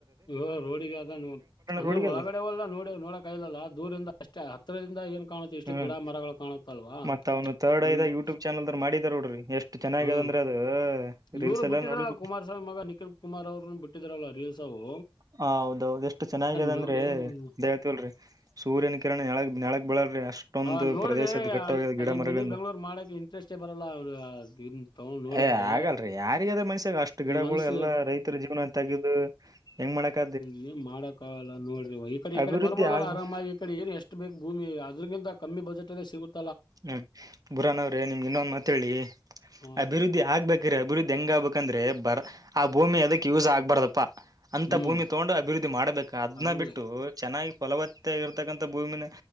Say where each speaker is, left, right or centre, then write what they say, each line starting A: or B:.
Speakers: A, on the left; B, on the right.
A: ಹ ರೋಡಿಗೆ ಅದ ನೋ ಅಂದ್ರೆ
B: ರೋಡ್ಗೆ
A: ಒಳಗಡೆವಲ್ಲಾ
B: ಅದು
A: ನೋಡ ನೋಡಕ್ಲಲ್ಲ ದೂರಿಂದ ಅಷ್ಟೇ ಚತ್ರದಿಂದ ಏನ್ ಕಾಣುತ್ತೆ ಇಷ್ಟು
B: ಹ್ಮ್
A: ಗಿಡ ಮರಗಳು ಕಾಣುತ್ತಲ್ವಾ
B: ಮತ್ತ ಅವನು ಥರ್ಡ್
A: ಹ್ಮ್
B: ಐದಾಗ ಯೂಟ್ಯೂಬ್ ಚಾನಲ್ದಾರ್ ಮಾಡಿದಾರ ನೋಡ್ರಿ ಎಷ್ಟು ಚೆನ್ನಾಗ್ಯದ
A: ಹ್ಮ್
B: ಅಂದ್ರೆ ಅದು
A: ಇವರು
B: ರೀಲ್ಸ್ ಎಲ್ಲ
A: ಬಿಟ್ಟಿದ್ರಲ್ಲ
B: ನೋಡಿರ್ಬೇಕು
A: ಕುಮಾರಸ್ವಾಮಿ ಮಗ ನಿಖಿಲ್ ಕುಮಾರ್ ಅವ್ರ ಬಿಟ್ಟಿದ್ರಲ್ಲ ರೀವ್ ಸಾವು
B: ಹ ಹೌದೌದು ಎಷ್ಟು ಚೆನ್ನದ
A: ನೋಡಿ
B: ಅಂದ್ರೆ ದಯವತಿಲ್ರರಿ ಸೂರ್ಯನ ಕಿರಣ ಎಳಗ್ ನಾಳಗ್ ಬೆಳಗ್ ಅಷ್ಟೊಂದು
A: ಆ ನೋಡಿದ್ರೆ
B: ಪ್ರದೇಶದ ಘಟ್ಟವಾಗಿ
A: ಅಲ್
B: ಗಿಡ
A: ಅಲ್ಲಿ
B: ಮರಗಳಿಂದ
A: ಮಿನಿ ಬೆಂಗ್ಳೂರ್ ಮಾಡಕ್ ಇಂಟ್ರೆಸ್ಟೇ ಬರಲ್ಲ ಅವ್ರು ಇದ್ ತಗೊಂಡ್ ನೋಡಿದ್ರೆ
B: ಏ ಆಗಲ್ರಿ ಯಾರಿಗಾದ ಯಾರಿಗಯ್ರ್ ಗ ಅಷ್ಟು ಗಿಡಗಳು
A: ಮನ್ಸ
B: ಎಲ್ಲ ರೈತರ ಜೀವನ ತೆಗದುು ಹೆಂಗ್ ಮಾಡಕ
A: ಹ ಏನ್ ಮಾಡಕ್ಕಾಗಲ್ಲ ನೋಡ್ರಿ ಈ ಕಡೆ ಈಕಡೆ
B: ಅಭಿವೃದ್ಧಿ
A: ಬರ್ಬೋದಲ್ಲ
B: ಆಗ್ಬೇಕ
A: ಆರಾಮಾಗಿ ಈಡೆ ಏನ್ ಎಷ್ಟ ಬೇಕ್ ಭೂಮಿ ಇದಕ್ಕಿಂತ ಕಮ್ಮಿ ಬಜೆಟ್ ಅಲ್ಲಿ ಸಿಗುತ್ತೆ
B: ಹ್ಮ ಬುರನ್ ಅವ್ರೆ ನಿಮ್ಗೆ ಇನ್ನೊಂದ್ ಮಾತ್ ಹೇಳಿ
A: ಹ್ಮ್
B: ಅಭಿವೃದ್ಧಿ ಆಗ್ಬೇಕ್ರಿ ಅಭಿವೃದ್ಧಿ ಹೆಂಗ ಆಗ್ಬೇಕಂದ್ರೆ ಬರ ಭೂಮಿ ಅದಕ್ ಯೂಸ್ ಆಗ್ಬಾರ್ದಪ್ಪಾ ಅಂತ
A: ಹ್ಮ್
B: ಭೂಮಿ ತಗೊಂಡು ಅಭಿವೃದ್ಧಿ ಮಾಡ್ಬೇಕು ಅದನ್ನ
A: ಅದ್ರ
B: ಬಿಟ್ಟು ಚೆನ್ನಾಗಿ ಫಲವತ್ತ ಆಗ ಇರ್ತಕ್ಕಂಥ ಭೂಮಿನ